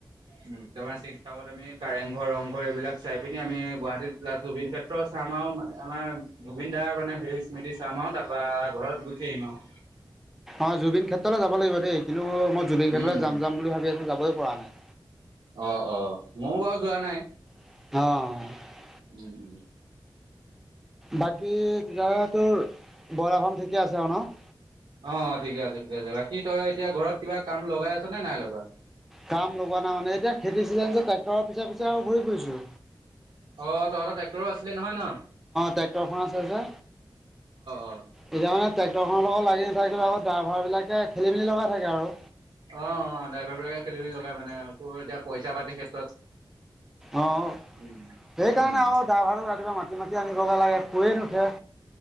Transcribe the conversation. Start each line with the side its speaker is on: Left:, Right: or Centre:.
Right: উ তোমাৰ <unintelligible> আমি কাৰেংঘৰ ৰংঘৰ এইবিলাক চাই পিনি আমি গুৱাহাটীত প্লাছ জুবিন ক্ষেত্ৰ চাম আৰু মানে আমাৰ জুবিন দাৰ মানে হেৰি স্মৃতি চাম। অ' তাৰপৰা ঘৰত গুচি আহিম আৰু।
Centre: অ' জুবিন ক্ষেত্ৰলৈ যাব লাগিব দেই কিন্তু মই জুবিন ক্ষেত্ৰলৈ
Right: উম,
Centre: যাম-যাম বুলি ভাবি আছো যাবই পৰা নাই।
Right: অ', অ', ময়ো বাৰু যোৱা নাই।
Centre: <unintelligible>
Right: উম, উম।
Centre: বাকী <unintelligible> বইলাৰ ফাৰ্ম ঠিকে আছে আৰু ন?
Right: অ', ঠিকে আছে, ঠিকে আছে বাকী তই এতিয়া ঘৰত কিবা কাম লগাই আছ নে নাই লগোৱা?
Centre: কাম লগোৱা নাই, মানে এতিয়া খেতি চিজন যে, ট্ৰেক্টৰৰ পিছে, পিছে আৰু ঘূৰি ফুৰিছোঁ।
Right: অ' তহঁতৰ ট্ৰেক্টৰো আছিলে নহয় ন। অ',
Centre: ট্ৰেক্টৰখন আছে যে
Right: অ'।
Centre: এতিয়া মানে ট্ৰেক্টৰখনৰ লগত লাগি নাথাকিলে আকৌ ড্ৰাইভাৰ বিলাকে খেলি মেলি লগাই থাকে আৰু।
Right: অ'- অ' ড্ৰাইভাৰ বিলাকে খেলিমেলি লগাই মানে তোৰ এতিয়া পইচা পাতিৰ ক্ষেত্ৰত।
Centre: অ',
Right: উম,
Centre: সেইকাৰণে
Right: উম,
Centre: আৰু ড্ৰাইভাৰটোক ৰাতিপুৱা মা মাতি- মাতি আনিবগে লাগে শুইয়েই নুঠে।